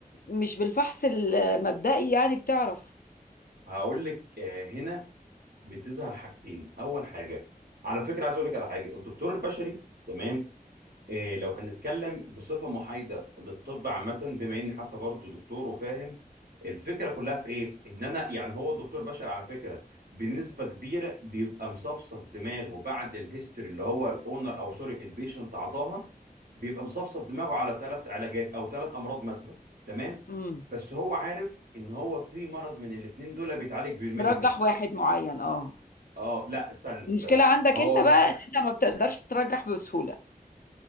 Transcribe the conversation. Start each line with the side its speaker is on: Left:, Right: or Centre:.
Left: مش بالفحص المبدئي يعني بتعرف
Right: هقول لك آه، هنا بتظهر حاجتين اول حاجه على فكره عايز اقول لك على حاجه الدكتور البشري تمام إيه لو هنتكلم بصفة محايدة للطب عامة بما إني حتى برضه دكتور وفاهم الفكرة كلها في إيه؟ إن أنا يعني هو الدكتور بشر على فكرة بنسبة كبيرة بيبقى مصفصف دماغه بعد الهيستوري اللي هو الأونر أو سوري البيشنت عطاها بيبقى مصفصف دماغه على ثلاث علاجات أو ثلاث أمراض مثلا تمام؟
Left: امم
Right: بس هو عارف إن هو في مرض من الاتنين دول بيتعالج بالميديكال
Left: مرجح واحد معين اه
Right: آه لا استنى
Left: المشكله
Right: استنى
Left: عندك
Right: هو
Left: انت بقى ان انت ما بتقدرش ترجح بسهوله